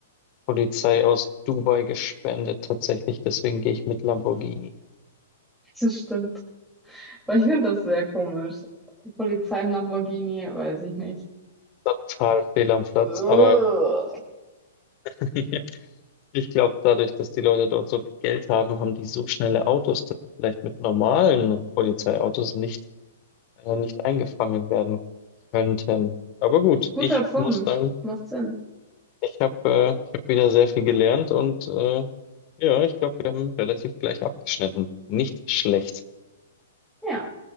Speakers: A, on the left; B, in the centre.
A: Polizei aus Dubai gespendet. Tatsächlich, deswegen gehe ich mit Lamborghini.
B: Das stimmt. Aber ich finde das sehr komisch. Polizei im Lamborghini, weiß ich nicht.
A: Total fehl am Platz,
B: Ugh.
A: aber <laughs> ja. Ich glaube, dadurch, dass die Leute dort so viel Geld haben, haben die so schnelle Autos, dass vielleicht mit normalen Polizeiautos nicht, äh, nicht eingefangen werden könnten. Aber gut,
B: Guter
A: ich
B: Punkt.
A: muss sagen,
B: Macht Sinn.
A: ich habe äh, ich hab wieder sehr viel gelernt und äh, ja, ich glaube, wir haben relativ gleich abgeschnitten. Nicht schlecht.
B: Ja.